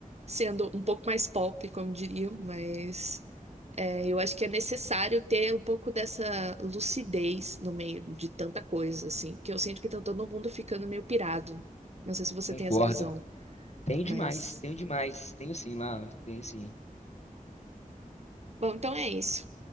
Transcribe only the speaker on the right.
sendo um pouco mais pop, como diriam, mas. É, eu acho que é necessário ter um pouco dessa lucidez no meio de tanta coisa, assim, que eu sinto que tá todo mundo ficando meio pirado. Não sei se você
tem essa visão,
mas.
Bom, então é isso.